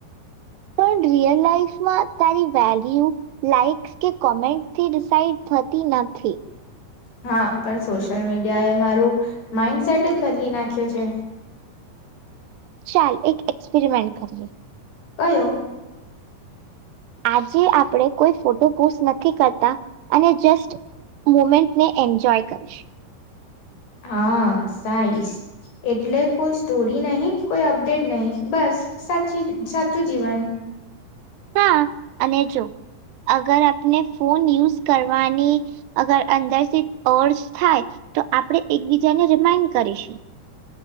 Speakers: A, on the right (about 80°); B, on the left (about 65°).
A: પણ રિયલ લાઈફ તારી વેલ્યુ લાઈક્સ કે કોમેન્ટથી ડિસાઇડ થતી નથી.
B: હા પણ સોશિયલ મીડિયા એ મારું માઈન્ડસેટ જ બદલી નાખ્યો છે.
A: ચાલ એક એક્સપેરિમેન્ટ કરીએ.
B: કયો.
A: આજે આપણે કોઈ ફોટો પોસ્ટ નથી કરતા અને જસ્ટ મુવમેન્ટ ને એન્જોય કરીશ.
B: હા સાઈસ એટલે કોઈ સ્ટોરી નહી કોઈ અપડેટ નહી બસ સાચી સાચું જીવન.
A: હા અને જો અગર આપણે ફોન યુઝ કરવાની અગર અંદરથી ઓર્સ થાય તો આપણે એકબીજાને રિમાઈન્ડ કરીશું.